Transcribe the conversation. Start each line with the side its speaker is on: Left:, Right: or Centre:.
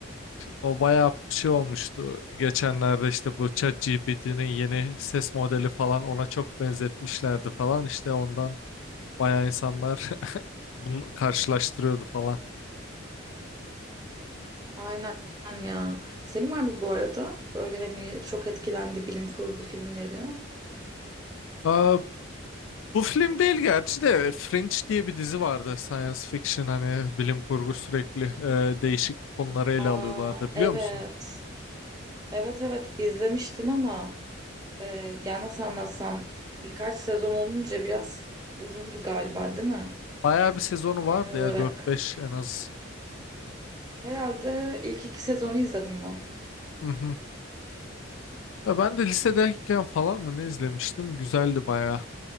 Left: O bayağı bir şey olmuştu. Geçenlerde işte bu ChatGPT'nin yeni ses modeli falan ona çok benzetmişlerdi falan. İşte ondan bayağı insanlar <laughs> bunu karşılaştırıyordu falan.
Right: Aynen ya. Senin var mı bu arada? Böyle hani çok etkilendi bilim kurgu filmleri.
Left: Aa, bu film değil gerçi de Fringe diye bir dizi vardı. Science fiction hani bilim kurgu sürekli e, değişik konuları ele
Right: Aa
Left: alıyorlardı biliyor
Right: evet.
Left: musun?
Right: Evet evet izlemiştim ama e, yani nasıl anlatsam birkaç sezon olunca biraz uzundu galiba değil mi?
Left: Bayağı bir sezonu
Right: Genel
Left: vardı
Right: olarak.
Left: ya dört beş en az.
Right: Herhalde ilk iki sezonu izledim ben.
Left: Hı hı. Ya ben de lisedeyken falan mı ne izlemiştim? Güzeldi bayağı.